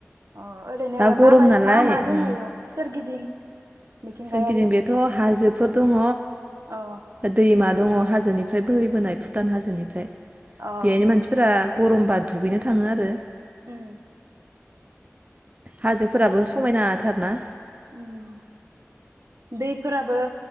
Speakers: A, on the right (about 75°); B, on the right (about 30°).
A: अ ओरैनो
B: दा गरम
A: माबायै
B: नालाय
A: मा मा दङ
B: उम
A: इयाव सोरगिदिं मिथिंगायारि
B: सोरगिदिं बेथ' हाजोब थ' दङ
A: अ
B: दैमा दङ हाजोनिफ्राय बोहैबोनाय भुटान हाजोनिफ्राय
A: अ
B: बेहायनो मानसिफोरा गरमबा दुगैनो थाङो आरो
A: ओम
B: हाजोफोराबो समायनाथार ना
A: ओम दैफोराबो